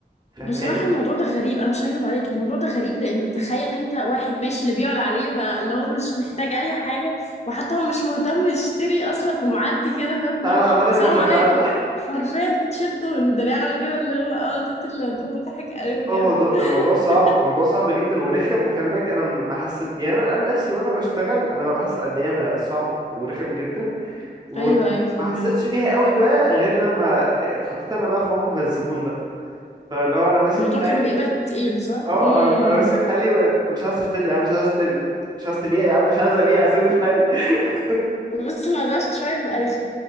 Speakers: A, on the right; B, on the left.
A: فاهماني
B: بصراحة الموضوع ده غريب انا مش هكذب عليك الموضوع ده غريب لان تخيل انت واحد ماشي اللي بيعلى عليه ما اللي هو مش محتاج اي حاجة وحتى هو مش مهتم يشتري اصلا ومعدي كده فاهم اللي
A: تعالى
B: هو
A: هعملك
B: السلام
A: اوفر
B: عليكم
A: تعالى
B: حرفيا تشده من دراعه كده اللي هو اه قلت اللي ده مضحك قوي بجد
A: هو موضوع
B: <laughs>
A: الموضوع صعب موضوع صعب جدا ورخم وخلي بالك انا ما حسيت يعني انا أنا نفسي وانا بشتغل انا ببقى حاسس قد ايه انا صعب ورخم جدا وما
B: ايوه ايوه فاهمك
A: حسيتش بيها قوي بقى غير لما اتحطيت انا بقى في موقف الزبون ده فاللي هو انا ماشي
B: الموضوع
A: في حالي
B: كان بيبقى تقيل صح؟
A: اه
B: امم
A: انا أنا ماشي في حالي ومش عايز تشتري يا عم مش عايز اشتري مش عايز تبيع يا عم مش عايز ابيع سيبني في حالي <laughs>
B: بص الموضوع شوية بيبقى رخم